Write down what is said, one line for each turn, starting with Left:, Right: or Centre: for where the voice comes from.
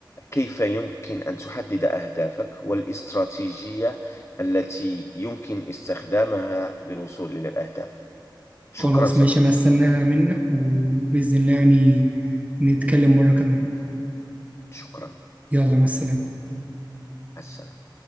Left: كيف يمكن أن تحدد أهدافك والاستراتيجية التي يمكن استخدامها للوصول إلى الأهداف شكرا
Right: خلاص
Left: صديقي
Right: ماشي انا استناها منك وباذن الله يعني نتكلم مره كمان
Left: شكرا مع
Right: يلا مع السلامه
Left: السلامة